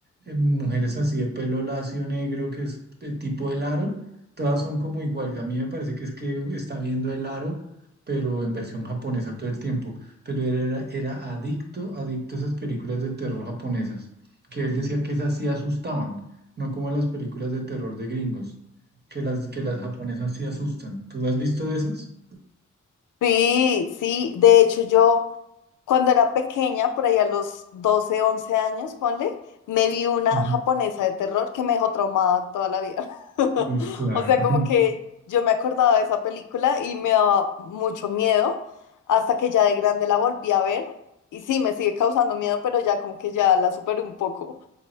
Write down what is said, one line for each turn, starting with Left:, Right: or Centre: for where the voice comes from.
Right: eh, mujeres así de pelo lacio negro, que es de tipo el aro, todas son como igual, y a mí me parece que es que está viendo el aro, pero en versión japonesa todo el tiempo pero él era, era adicto, adicto a esas películas de terror japonesas, que él decía que esas sí asustaban, no como las películas de terror de gringos, que las, que las japonesas sí asustan. ¿Tú has visto de esas?
Left: Sí, sí, de hecho yo Cuando era pequeña, por ahí a los 12, 11 años, ponle, me vi una
Right: Ujú.
Left: japonesa de terror que me dejó traumada toda la vida. <laughs>
Right: Pues claro.
Left: O sea, como que yo me acordaba de esa película y me daba mucho miedo hasta que ya de grande la volví a ver. Y sí, me sigue causando miedo, pero ya como que ya la superé un poco.